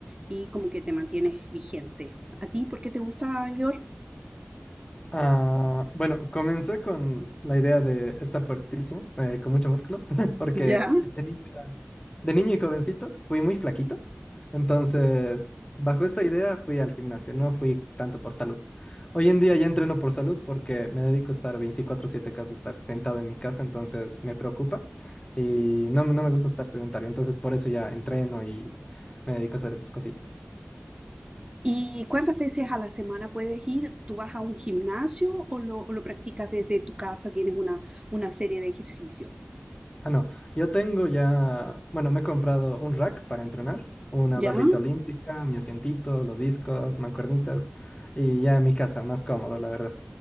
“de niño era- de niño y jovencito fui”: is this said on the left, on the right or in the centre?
Left